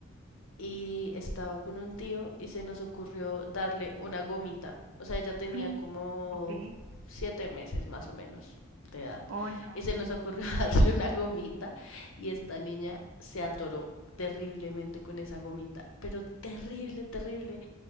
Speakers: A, on the left; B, on the right.
A: y estaba con un tío y se nos ocurrió darle una gomita. O sea, ella tenía
B: Mm.
A: como
B: Ok.
A: siete meses más o menos de edad.
B: Oh, no.
A: Y se nos ocurrió <laughs> darle una gomita y esta niña se atoró terriblemente con esa gomita, pero terrible, terrible.